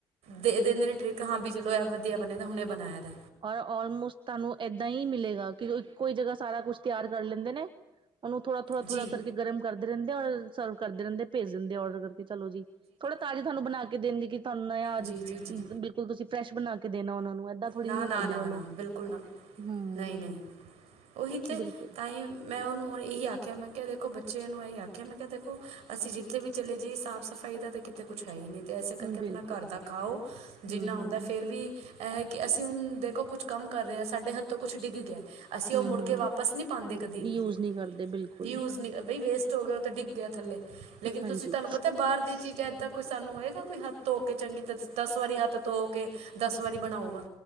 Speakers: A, on the right; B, on the right.
A: ਦੇ ਦਿੰਦੇ ਨੇ ਟ੍ਰਿਕ ਹਾਂ ਵੀ ਚਲੋ ਇਹ ਵਧੀਆ ਬਣਿਆ ਦਾ ਹੁਣੇ ਬਣਾਇਆ ਦਾ।
B: ਔਰ ਔਲਮੋਸਟ ਤੁਹਾਨੂੰ ਏਦਾਂ ਈ ਮਿਲੇਗਾ ਕਿ ਇੱਕੋ ਈ ਜਗ੍ਹਾ ਸਾਰਾ ਕੁਛ ਤਿਆਰ ਕਰ ਲੀਂਦੇ ਨੇ। ਉਹਨੂੰ ਥੋੜਾ-ਥੋੜਾ-ਥੋੜਾ
A: ਜੀ
B: ਕਰਕੇ ਗਰਮ ਕਰਦੇ ਰਇੰਦੇ ਔਰ ਸਰਵ ਕਰਦੇ ਰਇੰਦੇ, ਭੇਜ ਦਿੰਦੇ ਔਡਰ ਕਰ ਤੇ ਚਲੋ ਜੀ, ਥੋੜਾ ਤਾਜ਼ੇ ਤੁਹਾਨੂੰ ਬਣਾ ਕੇ ਦਿੰਦੀ ਕਿ ਤੁਹਾਨੂੰ ਆਜ,
A: ਜੀ ਜੀ ਜੀ
B: ਬਿ ਹੁਣ ਤੁਸੀਂ ਫਰੈਸ਼ ਬਣਾ ਕੇ ਦੇਣਾ ਉਹਨਾਂ ਨੂੰ ਏਦਾਂ ਥੋੜ੍ਹੀ
A: ਨਾਂ-ਨਾਂ-ਨਾਂ-ਨਾਂ
B: ਨੀ ਕਰਦੇ ਉਹ ਲੋਕ
A: ਬਿਲਕੁਲ ਨਾਂ,
B: ਹਮ
A: ਨਈ-ਨਈ, ਉਹੀ ਤੇ
B: ਬਿਲਕੁਲ
A: ਤਾ ਈ ਮੈਂ ਉਹਨੂੰ ਔਰ ਇਹੀ ਆਖਿਆ, ਮੈਂ ਕਿਹਾ ਦੇਖੋ ਬੱਚੇ ਨੂੰ ਇਹੀ ਆਖਿਆ, ਮੈਂ ਕਿਹਾ ਦੇਖੋ ਅਸੀਂ ਜਿੱਥੇ ਵੀ ਚਲੇ ਜੀਏ ਸਾਫ਼ ਸਫ਼ਾਈ ਦਾ ਤਾਂ ਕੀਤੇ ਕੁਛ ਹੈ ਈ ਨੀ ਤੇ ਇਸੇ ਕਰਕੇ
B: ਬਿਲਕੁਲ
A: ਆਪਣਾ ਘਰ ਦਾ ਖਾਓ, ਜਿੰਨਾ
B: ਹਮ
A: ਹੁੰਦਾ
B: ਹਮ
A: ਫੇਰ ਵੀ ਇਹ ਕਿ ਅਸੀਂ ਹੁਣ ਦੇਖੋ ਕੁਛ ਕੰਮ ਕਰ ਰੇ ਆ, ਸਾਡੇ ਹੱਥੋਂ ਕੁਛ ਡਿੱਗ ਗਿਆ। ਅਸੀਂ ਉਹ
B: ਹਮ
A: ਮੁੜ
B: ਹਮ
A: ਕੇ ਵਾਪਸ ਨੀ ਪਾਂਦੇ ਕਦੀ ਵੀ।
B: ਯੂਜ ਨਹੀਂ ਕਰਦੇ ਬਿਲਕੁਲ
A: ਯਿਊਜ਼ ਨੀ ਬਈ ਵੇਸਟ ਹੋ ਗਿਆ ਉਹ ਤਾਂ ਡਿੱਗ ਗਿਆ ਥੱਲੇ ਲੇਕਿਨ, ਤੁਸੀਂ
B: ਹਾਂਜੀ
A: ਤੁਹਾਨੂੰ ਪਤਾ ਬਾਹਰ ਦੀ ਚੀਜ਼ਾਂ ਤਾਂ ਕੋਈ ਸਾਨੂੰ ਹੋਏਗਾ ਕੋਈ, ਹੱਥ ਧੋ ਕੇ ਚੰਗੀ ਤ ਦਸ ਵਾਰੀ ਹੱਥ ਧੋ ਕੇ ਦਸ ਵਾਰੀ ਬਣਾਊਗਾ।